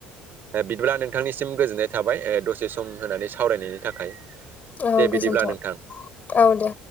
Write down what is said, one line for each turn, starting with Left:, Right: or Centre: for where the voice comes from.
Right: बिदिब्ला नोंथांनिसिम गोजोननाय थाबाय। ओ दसे सम होननानै सावरायनायनि थाखाय
Left: औ
Right: दे बिदिब्ला
Left: गोजोनथों
Right: नोंथां।
Left: औ दे